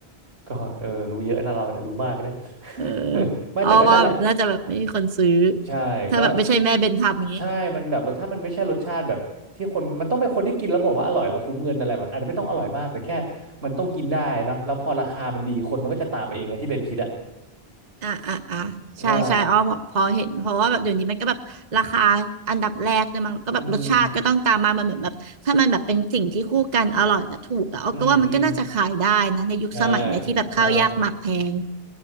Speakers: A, on the right (about 80°); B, on the right (about 45°).
A: ก็เออรู้เยอะนะเราเนี่ยรู้มากนะ <laughs>
B: <laughs> เออ
A: ไม่แต่ก็นั่นแหละ
B: อ้อว่าแบบน่าจะแบบไม่มีคนซื้อ
A: ใช่ก็
B: ถ้าแบบไม่ใช่แม่เบนทำอย่างนี้
A: ใช่มันแบบรสถ้ามันไม่ใช่รสชาติแบบที่คนมันต้องเป็นคนที่กินแล้วบอกว่าอร่อยแล้วคุ้มเงินอะไรมันอาจจะไม่ต้องอร่อยมากแต่แค่มันต้องกินได้เนาะแล้วพอราคามันดีคนมันก็จะตามมาเองนะที่เบนคิดอะ
B: อ่าอ่าอ่าใช่ใช่อ้อพอพอเห็นเพราะว่าแบบเดี๋ยวนี้มันก็แบบราคาอันดับแรกเลยมั้งแล้วก็แบบรสชาติก็ต้องตามมามันเหมือนแบบถ้ามันแบบเป็นสิ่งที่คู่กันอร่อยและถูกอะอ้อก็ว่ามันก็น่าจะขายได้นะในยุคสมัยเนี่ยที่แบบข้าวยากหมากแพง
A: ใช่ อืมอืมอืมใช่ใช่